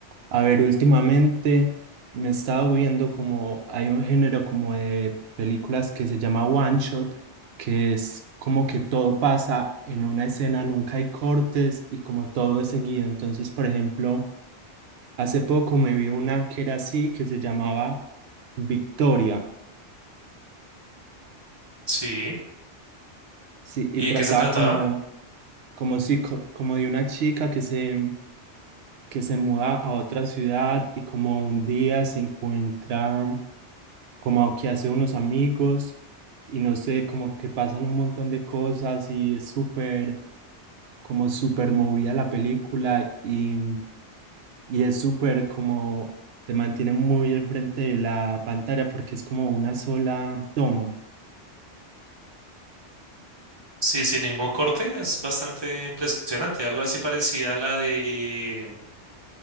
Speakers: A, on the right (about 65°); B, on the right (about 25°).
A: A ver, últimamente me he estado viendo como hay un género como de películas que se llama One Shot, que es como que todo pasa en una escena, nunca hay cortes y como todo es seguido. Entonces, por ejemplo... Hace poco me vi una que era así, que se llamaba Victoria,
B: Sí.
A: sí, y
B: ¿Y
A: trataba
B: de qué se trataba?
A: como, como, si, co- como de una chica que se, que se muda a otra ciudad y como un día se encuentra como que hace unos amigos y no sé, como que pasan un montón de cosas y es súper, como súper movida la película y, y es súper como, te mantiene muy al frente de la pantalla porque es como una sola toma.
B: Sí, sin ningún corte, es bastante impresionante, algo así parecida a la de